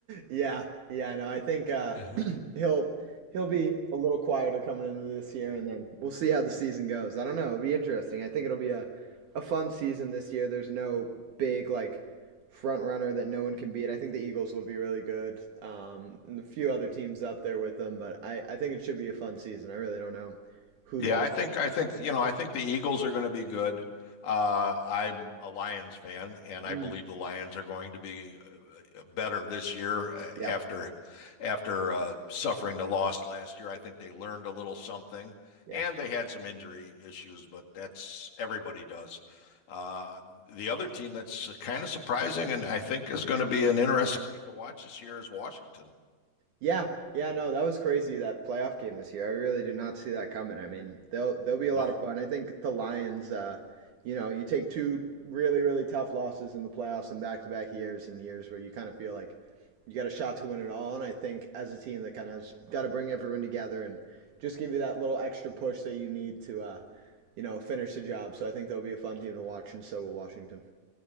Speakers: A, on the right; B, on the left.
A: Yeah, yeah, no, I think uh,
B: <laughs>
A: <clears throat> he'll he'll be a little quieter coming into this year, and then we'll see how the season goes. I don't know; it'll be interesting. I think it'll be a a fun season this year. There's no big like front runner that no one can beat. I think the Eagles will be really good, um, and a few other teams up there with them, but I I think it should be a fun season. I really don't know who
B: Yeah,
A: the
B: I think I think you know I think the Eagles are going to be good. Uh, I'm a Lions fan, and I
A: Mm.
B: believe the Lions are going to be uh, better this year uh,
A: yeah
B: after after uh, suffering the loss last year. I think they learned a little something,
A: yeah.
B: and they had some injury issues, but that's everybody does. Uh, the other team that's kind of surprising, and I think is going to be an interesting team to watch this year is Washington.
A: Yeah, yeah, no, that was crazy that playoff game this year. I really did not see that coming. I mean, they'll they'll be a
B: No,
A: lot of fun. I think the Lions, uh, you know, you take two really really tough losses in the playoffs in back to back years and years where you kind of feel like you got a shot to win it all. And I think as a team, they kind of got to bring everyone together and just give you that little extra push that you need to, uh, you know, finish the job. So I think they'll be a fun team to watch, and so will Washington.